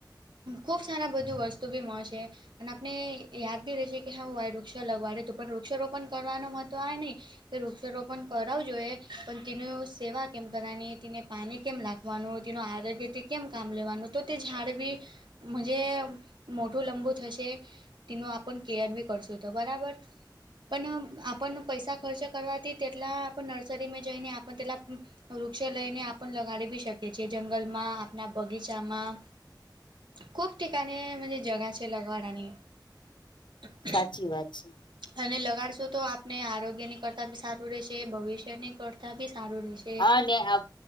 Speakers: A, on the right; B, on the left.
A: ખૂબ સારા બધું વસ્તુ બી મળશે. અને આપને યાદ બી રહશે છે કે હા આય વૃક્ષ લગાડેલ હતુ પણ વૃક્ષારોપણ કરવાનો તો આવે નહીં. કે વૃક્ષારોપણ કરાવું જોઈએ પણ તેની સેવા કેમ કરવાની તેને પાણી કેમ નાખવાનું તેનું આરોગ્યથી કેમ કામ લેવાનું તો તે ઝાડ બી. જ મોટું લંબુ થશે. તેનું આપણે કેયર ભી કરશો તો બરાબર. પણ આપણે પૈસા ખર્ચ કરવાથી તેટલા નર્સરીમાં જઈને આપે તેટલા. વૃક્ષો લઈને આપને લગાડી ભી શકીએ છીએ જંગલમાં આપણા બગીચામાં. ખૂબ ઠેકાણે જ જગા છે લગાડવાની અને.
B: સાચી વાત છે.
A: અને લગાડશું તો આપને આરોગ્યની કરતા બી સારું રહેશે ભવિષ્યની કરતા બી સારું રહેેશે.
B: હા ને આ